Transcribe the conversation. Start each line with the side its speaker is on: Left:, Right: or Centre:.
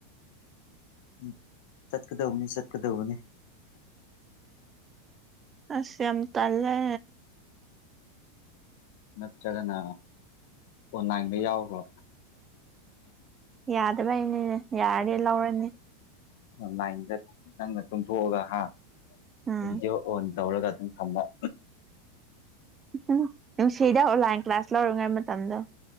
Left: ꯎ ꯆꯠꯀꯗꯧꯅꯤ ꯆꯠꯀꯗꯧꯕꯅꯤ
Right: ꯑꯁ ꯌꯥꯝꯝ ꯇꯂꯦ
Left: ꯅꯠꯇ꯭ꯔꯒꯅ ꯑꯣꯟꯂꯥꯏꯟꯗ ꯌꯥꯎꯕ꯭ꯔꯣ
Right: ꯌꯥꯗꯕ ꯍꯥꯏꯅꯤꯅꯦ ꯌꯥꯔꯗꯤꯦ ꯂꯧꯔꯅꯤ
Left: ꯑꯣꯟꯂꯥꯏꯟꯗ ꯅꯪꯅ ꯇꯨꯡꯊꯣꯛꯑꯒ ꯍꯥ
Right: ꯎꯝ
Left: ꯚꯤꯗꯤꯑꯣ ꯑꯣꯟ ꯇꯧꯔꯒ ꯊꯝꯕ
Right: ꯎꯝ ꯅꯨꯡꯁꯤꯗ ꯑꯣꯟꯂꯥꯏꯟ ꯀ꯭ꯂꯥꯁ ꯂꯧꯔꯤꯉꯩ ꯃꯇꯝꯗꯣ